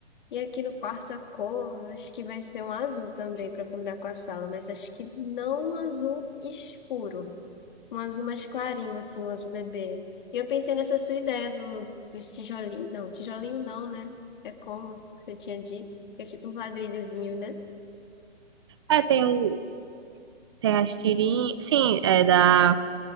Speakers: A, on the left; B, on the right.
A: E aqui no quarto a cor, acho que vai ser um azul também para combinar com a sala, mas acho que não um azul escuro, um azul mais clarinho, assim, um azul bebê. E eu pensei nessa sua ideia do, dos tijolinhos, não, tijolinho não, né? É como que você tinha dito, que é tipo uns ladrilhozinhos, né?
B: É, tem, o, tem as tirinhas, sim, é da,